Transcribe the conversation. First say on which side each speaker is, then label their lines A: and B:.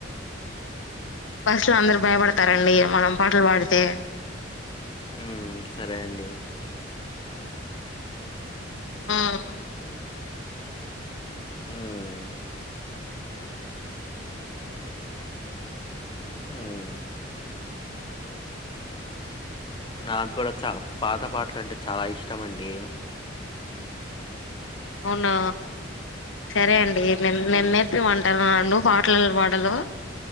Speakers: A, on the left (about 80°); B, on the left (about 25°).
A: బస్లో అందరు భయపడతారండి మనం పాటలు పాడితే
B: ఉమ్ సరే అండి
A: ఉమ్
B: ఉమ్ హుమ్ నాక్కూడా చ పాత పాట్లంటే చాలా ఇష్టమండి
A: అవునా సరే అండి నెన్
B: ఉమ్
A: నెన్ నేర్పియ్య మంటారా నవ్వు పాట్లెలా పాడాలో